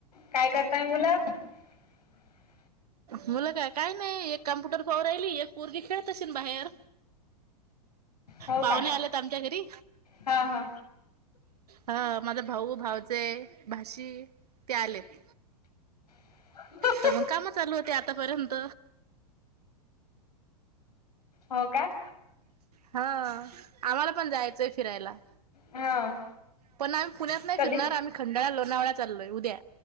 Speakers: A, on the left; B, on the right.
A: काय करताय मुलं? <inaudible>
B: मुलं काय काय नाही एक कम्प्युटर पाहू राहिली, एक पोरगी खेळत असेन बाहेर.
A: हो
B: पाहुणे
A: का?
B: आल्यात आमच्या घरी.
A: हा हा
B: हा माझा भाऊ, भाऊचे भाची ते आलेत.
A: <unintelligible>
B: तर मग काम चालू होते आतापर्यंत.
A: हो काय?
B: हा आम्हाला पण जायचंय फिरायला.
A: हा.
B: पण आम्ही पुण्यात नाही
A: कधी?
B: फिरणार आम्ही खंडाळा लोणावळा चालोय उद्या.